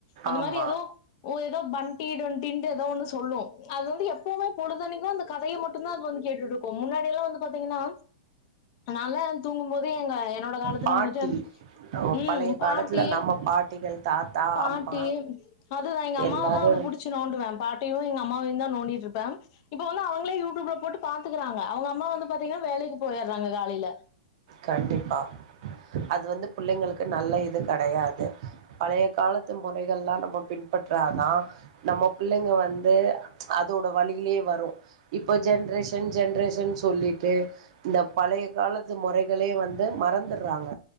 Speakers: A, on the left; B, on the right.
A: அந்த
B: ஆமா
A: மாரி ஏதோ ஏதோ பண்டி தொண்டிண்டு ஏதோ ஒண்ணு சொல்லும் அது வந்து எப்பவுமே பொழுதன்னைக்கும் அந்த கதைய மட்டும்தான் அதுல வந்து கேட்டுட்ருக்கும் முன்னாடிய எல்லாம் வந்து பாத்தீங்கன்னா நாலா தூங்கும்போது எங்க என்னோட காலத்துல
B: பாட்டி
A: வந்துட்டு ம்
B: பழைய காலத்துல
A: பாட்டி
B: நம்ம பாட்டிகள் தாத்தா
A: பாட்டி
B: அம்மா
A: அதுதான் எங்க அம்மாவை
B: எல்லாரு
A: தான் வந்து புடிச்சு நோண்டுவவேன் பாட்டியும் எங்க அம்மாவையும் தான் நோண்டிட்டு இருப் பண் இப்ப வந்து அவங்களே யூடியூப்ல போட்டு பாத்துக்கறாங்க அவங்க அம்மா வந்து பாத்தீங்கன்னா வேலைக்கு போயிடுறாங்க காலையில
B: கண்டிப்பா அது வந்து பிள்ளைங்களுக்கு நல்ல இது கிடையாது பழைய காலத்து முறைகள்ல்லாம் நம்ம பின்பற்றாதான் நம்ம பிள்ளைங்க வந்து அதோட வழியிலேயே வரும் இப்போ ஜென்ரேஷன் ஜென்ரேஷன் சொல்லிட்டு இந்த பழைய காலத்து முறை கலே வந்து மறந்துறாங்க